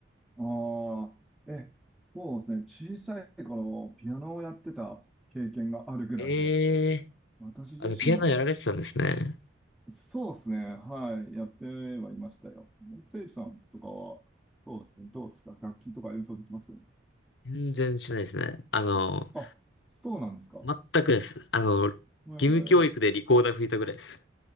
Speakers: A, in the centre; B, on the left.
A: ああ、え、そうですね。小さい頃、ピアノをやってた経験があるぐらいで、
B: ええー
A: 私自身は
B: あの、ピアノやられてたんですね。
A: そうですね。はい。やってはいましたよ。せいじさんとかは、そうですね。どうですか楽器とか演奏できます
B: 全然しないですね。あの、
A: あ、そうなんですか。
B: 全くです。あの、義務教育でリコーダー吹いたぐらいです。
A: えー、